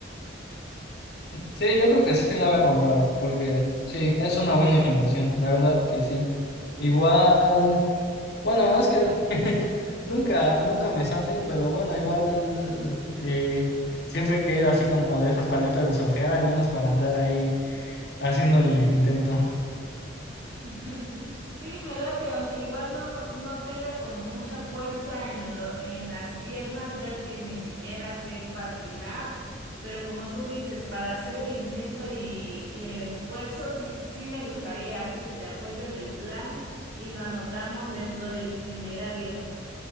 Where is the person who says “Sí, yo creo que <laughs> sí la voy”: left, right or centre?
Left